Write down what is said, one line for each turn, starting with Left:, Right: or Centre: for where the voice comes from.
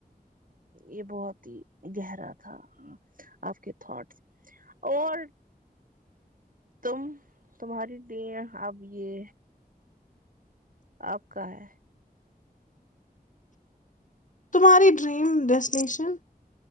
Right: یہ بہت ہی گہرا تھا آپ کے تھاٹس اور تم تمہاری دین اب یہ آپ کا ہے
Left: تمہاری ڈریم ڈیسٹینیشن